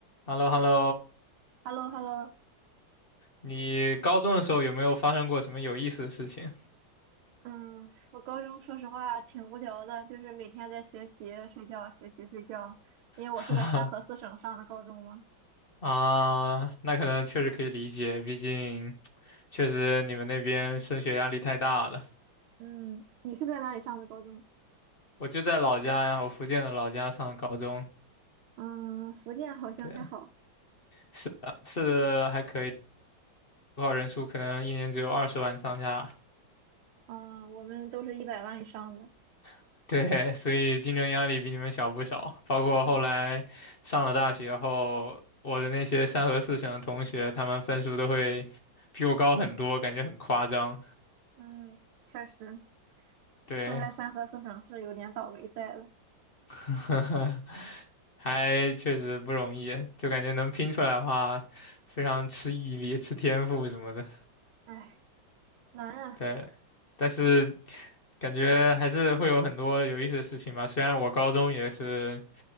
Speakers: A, on the left; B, on the right.
A: h e l l o h e l l o
B: h e l l o h e l l o
A: 你高中的时候有没有发生过什么有意思的事情？
B: 嗯，我高中说实话挺无聊的，就是每天在学习、睡觉、学习、睡觉。因为我是在山河四省上的高中嘛。
A: <laughs> 啊，那可能确实可以理解，毕竟确实你们那边升学压力太大了。
B: 嗯，你是在哪里上的高中？
A: 我就在老家呀，我福建的老家上高中，
B: 嗯，福建好像还好。
A: 对，是的，是的还可以，高考人数可能一年只有二十万上下，
B: 嗯，我们都是一百万以上的。
A: <laughs> 对，所以竞争压力比你们小不少。包括后来上了大学后，
B: 嗯
A: 我的那些三河四省的同学，他们分数都会比我高很多，感觉很夸张。
B: 嗯，确实，
A: 对，
B: 生在山河四省是有点倒霉在了。
A: <laughs> 还确实不容易，就感觉能拼出来的话，非常吃毅力、吃天赋什么的。
B: 唉，难啊！
A: 对，但是感觉还是会有很多有意思的事情吧。虽然我高中也是，